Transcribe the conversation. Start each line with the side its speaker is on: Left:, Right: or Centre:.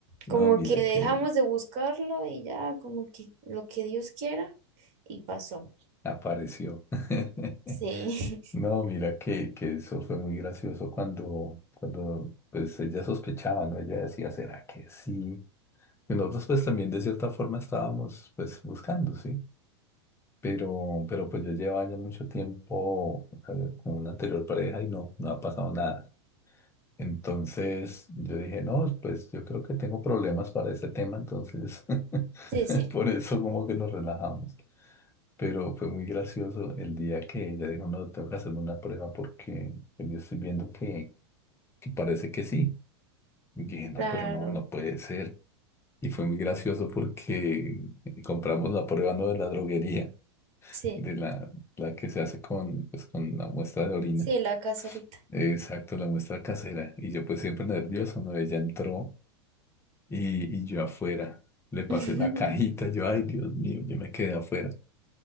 Left: No,
Right: como
Left: mira
Right: que dejamos
Left: que
Right: de buscarlo y ya como que lo que Dios quiera y pasó.
Left: apareció. <laughs>
Right: Sí, <laughs>
Left: No, mira que, que eso fue muy gracioso cuando, cuando pues ella sospechaba, ¿no? Ella decía, ¿será que sí? Y nosotros pues también de cierta forma estábamos pues buscando, ¿sí? Pero, pero pues yo llevaba ya mucho tiempo eh, con una anterior pareja y no, no ha pasado nada. Entonces yo dije, no, pues yo creo que tengo problemas para ese tema, entonces <laughs>
Right: sí, sí,
Left: por eso como que nos relajamos. Pero fue muy gracioso el día que ella dijo, no, tengo que hacerme una prueba porque pues, yo estoy viendo que, que parece que sí. Y dije, no,
Right: claro,
Left: pero no, no puede ser. Y fue muy gracioso porque compramos la prueba no de la droguería,
Right: sí,
Left: de la, la que se hace con, pues, con la muestra de orina.
Right: sí, la caserita.
Left: Exacto, la muestra casera. Y yo pues siempre nervioso, ¿no? Ella entró y, y yo afuera. Le pasé
Right: <laughs>
Left: la cajita, yo, ay, Dios mío, yo me quedé afuera.